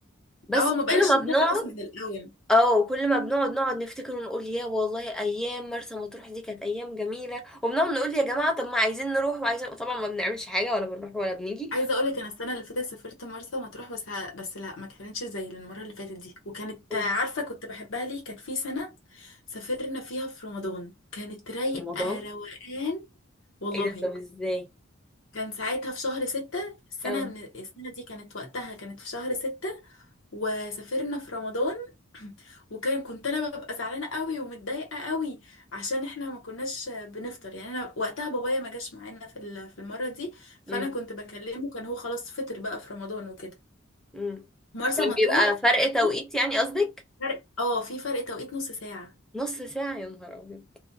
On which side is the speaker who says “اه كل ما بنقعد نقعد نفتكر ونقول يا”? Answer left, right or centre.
Centre